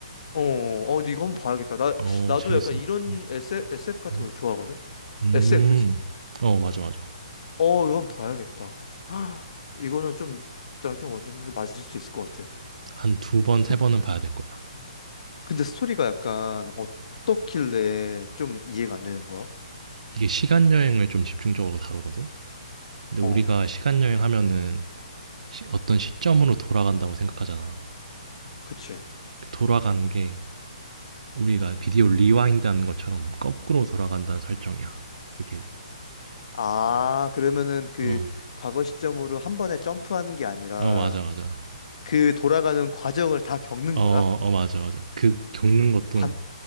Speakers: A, on the left; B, on the right.
A: 어, 어, 근데 이거 한번 봐야겠다. 나,
B: 어
A: 나도
B: 재밌어.
A: 약간 이런
B: 어.
A: SF, SF 같은
B: 음.
A: 거 좋아하거든?
B: 음.
A: SF지.
B: 어 맞아, 맞아.
A: 어, 이건 봐야겠다. <gasps> 헉, 이거는 좀, 나랑 좀 완전히 좀 맞을 수 있을 것 같아.
B: 한 두 번 세
A: 근-
B: 번은 봐야 될 거야.
A: 근데 스토리가 약간 어떻길래 좀 이해가 안 되는 거야?
B: 이게 시간 여행을 좀 집중적으로 다루거든. 근데
A: 어,
B: 우리가 시간 여행하면은 시- 어떤 시점으로 돌아간다고 생각하잖아.
A: 그치.
B: 그 돌아가는 게 우리가 비디오 리와인드 하는 것처럼 거꾸로 돌아간다는 설정이야. 이렇게
A: 아, 그러면은 그
B: 어,
A: 과거 시점으로 한 번에 점프하는 게 아니라
B: 어 맞아 맞아.
A: 그 돌아가는 과정을 다 겪는
B: 어,
A: 거야?
B: 어 맞아 맞아. 그 겪는 것도
A: 반,